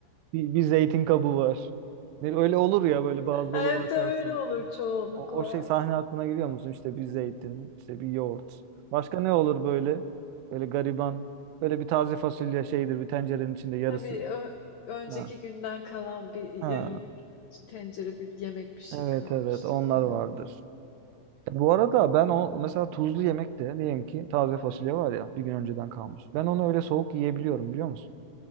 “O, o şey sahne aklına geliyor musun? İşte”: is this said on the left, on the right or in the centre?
Right